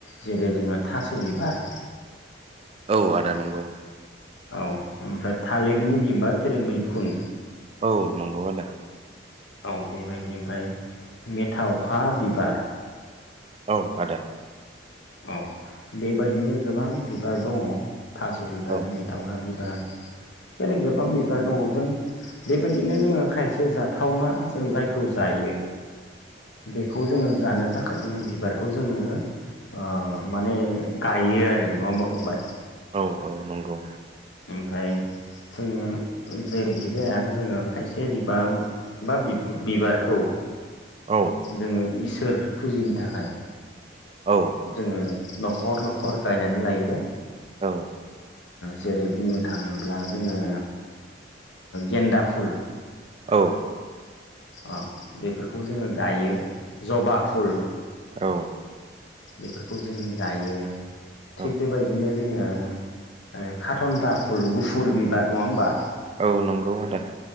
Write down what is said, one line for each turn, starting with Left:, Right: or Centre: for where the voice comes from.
Left: जेरै जोङो थास' बिबार
Right: औ आदा नंगौ।
Left: औ ओमफ्राय थालिरनि बिबार जेरै मैखुन
Right: औ नंगौ आदा।
Left: औ बेबायदि ओमफ्राय मेथावखा बिबार
Right: औ आदा।
Left: औ बेबायदिनो गोबां बिबार दङ। थास' बिबार
Right: औ
Left: मेथखा बिबार ओ बे गोबां बिबार दङ जों बेबायदिनो जोङो खायसे जाथावना जों जायखौ जायो। बेखौ जोङो जानो। थाखाय जोङो बिबारखौ जोङो ओ माने गायो आरो नङा होमबा फंबाय।
Right: औ औ नंगौ।
Left: ओमफ्राय जोङो जेरैखि जाया जोङो खायसे बिबां बा बि बिबारखौ
Right: औ
Left: जोङो इसोर फुजिनो थाखाय।
Right: औ
Left: जोङो। न'खर न'खर गायनानै लायो।
Right: औ।
Left: जेरै बुंनो थाङोब्ला जोङो गेन्दा फुल
Right: औ।
Left: अ बेफोरखौ जोङो गायो। जबा फुल।
Right: औ।
Left: बेफोरखौ जोङो गायो।
Right: औ
Left: थिग बेबायदिनो जोङो। खाथन्था फुल गुफुर बिबार नङा होमबा।
Right: औ नंगौ आदा।